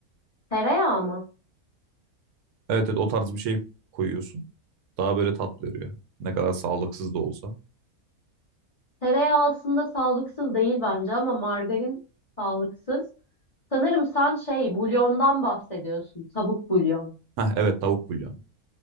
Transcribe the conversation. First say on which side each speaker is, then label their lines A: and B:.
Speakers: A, on the left (about 30°); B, on the right (about 80°).
A: Tereyağı mı?
B: Evet evet o tarz bir şey koyuyorsun. Daha böyle tat veriyor. Ne kadar sağlıksız da olsa.
A: Tereyağı aslında sağlıksız değil bence ama margarin sağlıksız. Sanırım sen şey, bulyondan bahsediyorsun. Tavuk bulyon.
B: Heh, evet tavuk bulyonu.